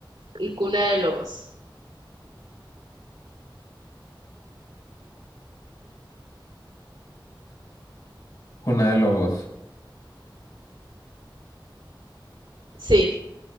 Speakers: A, on the right; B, on the left.
A: y Cuna de lobos.
B: Cuna de Lobos.
A: Sí,